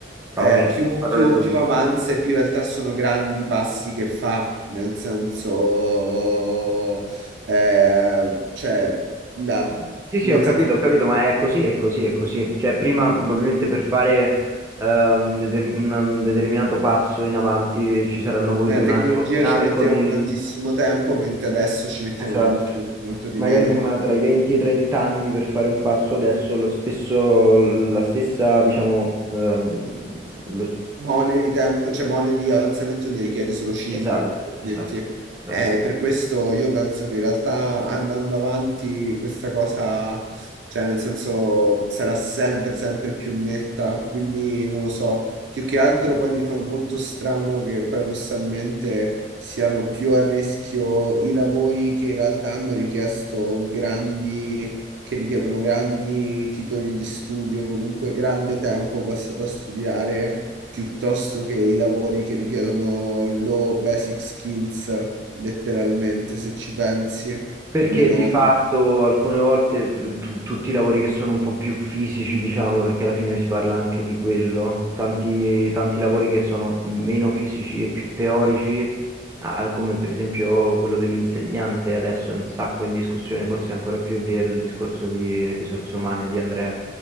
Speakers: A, on the right; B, on the right.
A: provaci,
B: Eh, più,
A: parole
B: più,
A: tue.
B: più avanza e più in realtà sono grandi i passi che fa, nel senso, eh, cioè, la,
A: Sì, sì,
B: nel
A: ho capito,
B: senso,
A: ho capito, ma è così, è così, è così. Cioè, prima probabilmente per fare eh, un, deter- un- un determinato passo in avanti ci saranno voluti
B: nella
A: un
B: tecnologia
A: arco, un arco
B: ci mettevamo
A: di...
B: tantissimo tempo, mentre adesso ci mettiamo
A: Esatto.
B: molto, molto, molto di
A: magari
B: meno
A: prima tra i 20 e i 30 anni per fare un passo, adesso lo stesso, la stessa, diciamo, ehm, lo-
B: Mole di tempo, cioè mole di avanzamento ne richiede solo 5,
A: esatto,
B: per
A: esatto,
B: dirti.
A: esatto.
B: Eh, per questo io penso che in realtà andando avanti questa cosa, cioè nel senso sarà sempre, sempre più netta, quindi non lo so. Più che altro poi mi fa molto strano che paradossalmente siano più a rischio i lavori che in realtà hanno richiesto grandi... che richiedono grandi titoli di studio, comunque grande tempo passato a studiare piuttosto che i lavori che richiedono low basic skills, letteralmente, se ci pensi,
A: Perché
B: almeno...
A: di fatto alcune volte eh, tu- tutti i lavori che sono un po' più fisici, diciamo, perché alla fine si parla anche di quello, tanti, tanti lavori che sono meno fisici e più teorici, ah, come per esempio quello dell'insegnante, adesso è un sacco in discussione, forse ancora più del discorso di risorse umane di Andrea,